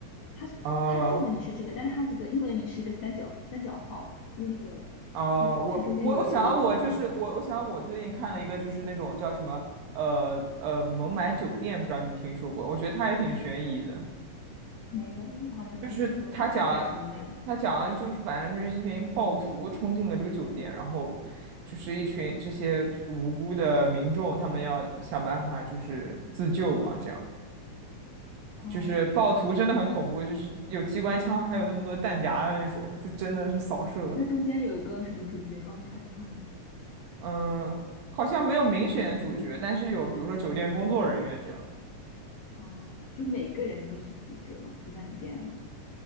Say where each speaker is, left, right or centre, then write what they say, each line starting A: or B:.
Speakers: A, on the left (about 65°); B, on the right (about 85°).
A: 它是它中文名是这个，
B: 啊
A: 但是它这个英文名是一个三角三角号，因为那个那个它中间有一个游轮叫做三角号。
B: 啊、我我我想要我就是我我想要我最近看了一个就是那种叫什么呃呃《孟买酒店》，不知道你们听说过？我觉得它也挺悬疑的，
A: 没有，我好像没有听说过它大概什么内容。
B: 就是他讲他讲的就是反正就是一群暴徒冲进了这个酒店，然后就是一群这些就是无辜的民众，他们要想办法就是自救嘛，这样
A: 哦，
B: 就是暴徒真的很恐怖，就是有机关枪，还有那么多弹夹的那种，就真的是扫射。
A: 那中间有一个什么主角帮转？<laughs>
B: 嗯，好像没有明显的主角，但是有比如说酒店工作人员这样。
A: 哦，就每个人都是主角嘛，就在里边。